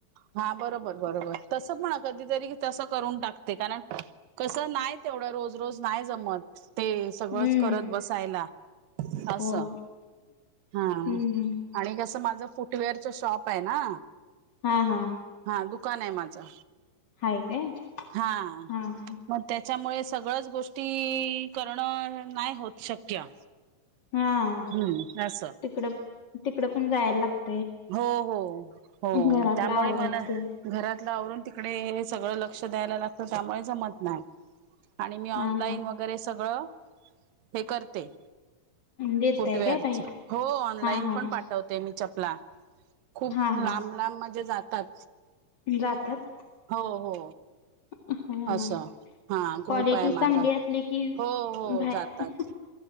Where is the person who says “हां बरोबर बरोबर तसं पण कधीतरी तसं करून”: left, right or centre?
Right